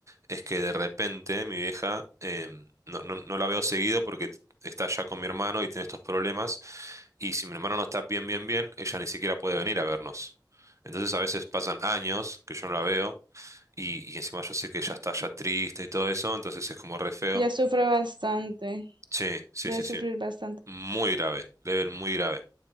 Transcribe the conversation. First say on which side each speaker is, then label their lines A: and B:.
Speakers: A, on the right; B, on the right.
A: es que de repente mi vieja em, no, no, no la veo seguido porque está ya con mi hermano y tiene estos problemas. Y si mi hermano no está bien, bien, bien, ella ni siquiera puede venir a vernos. Entonces a veces pasan años que yo no la veo y, y encima yo sé que ella está ya triste y todo eso, entonces es como re feo.
B: ella sufre bastante,
A: Sí, sí,
B: debe
A: sí,
B: sufrir
A: sí.
B: bastante.
A: Muy grave, level muy grave.